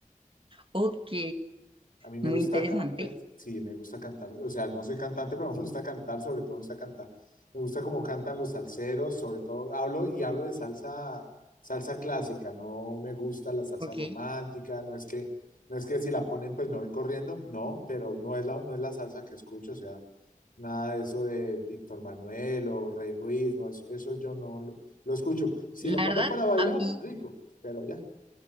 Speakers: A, on the right; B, on the left.
A: Ok,
B: A mí me
A: muy
B: gusta,
A: interesante.
B: ca- me- sí, me gusta cantar. O sea, no soy cantante, <laughs> pero me gusta cantar, sobre todo me gusta cantar. Me gusta cómo cantan los salseros, sobre todo. Hablo y hablo de salsa, salsa clásica. No me gusta la salsa
A: Ok.
B: romántica. No es que, no es que si la ponen, pues me voy corriendo. No, pero no es la, no es la salsa que escucho. O sea, nada de eso de Víctor Manuel o Rey Ruiz. No, eso, eso yo no lo, lo escucho. Si
A: La
B: lo ponen
A: verdad,
B: para bailar,
A: a mí,
B: rico, pero ya,